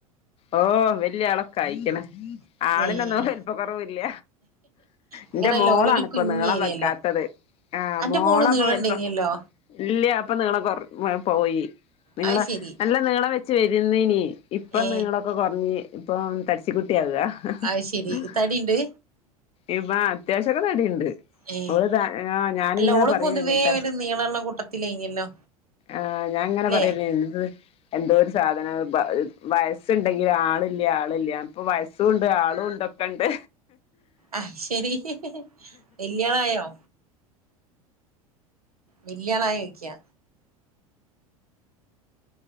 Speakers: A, on the left; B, on the right.
A: ഓ വല്യ ആളൊക്കെ ആയിക്കണ ആളിനൊന്നും
B: ഏഹ്
A: വലുപ്പ കുറവില്ല
B: ഇങ്ങനെയല്ല
A: എന്റെ മോളാണ
B: ഓനൊരു
A: ഇപ്പോ
B: കുഞ്ഞേനിയല്ലോ
A: നീളം വെക്കാത്തത് ആഹ
B: അന്റെ
A: മോളാപ്പ
B: മോള് നീളണ്ടേനിയല്ലോ
A: വലപ്പ ഇല്ല പ്പ നീള കൊ പോയി നിങ്ങളെ
B: അത് ശരി
A: നല്ല നീളം വെച്ച് വരുന്നന് ഇപ്പം
B: ഏ
A: നിളൊക്കെ കുറഞ് ഇപ്പം തടി ച്ച കുട്ട <unintelligible>
B: അത് ശരി തടിണ്ട്
A: ഇപ്പ അത്യാവശ്യക്ക തടിണ്ട്
B: ഏ
A: അവള് ത ആ ഞാനിങ്ങനെ
B: അല്ല ഓള്
A: പറയെന്നിട്ടാ
B: പൊതുവേ ഒരു നീളള്ള കൂട്ടത്തിലേനിയല്ലോ
A: ആഹ് ഞാങ്ങനെ
B: ല്ലേ
A: പറയുന്ന എത് എന്തോ ഒരു സാധനം <unintelligible> വയസ്സുണ്ടെങ്കിൽ ആളില്ല ആളില്ല ഇപ്പോൾ വയസുണ്ട് ആളുണ്ട് ഉണ്ടൊക്കെ ഉണ്ട്
B: ആ ശരി വല്യോളായോ വല്യാളായി ചോയിക്ക